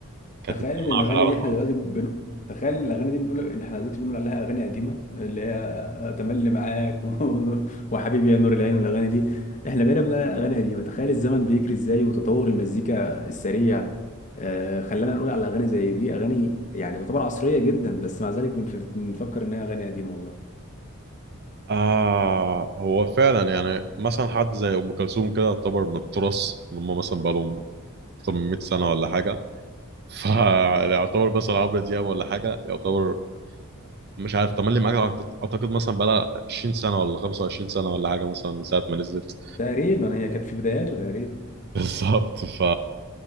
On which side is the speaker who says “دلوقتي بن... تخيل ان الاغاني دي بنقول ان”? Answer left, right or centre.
Left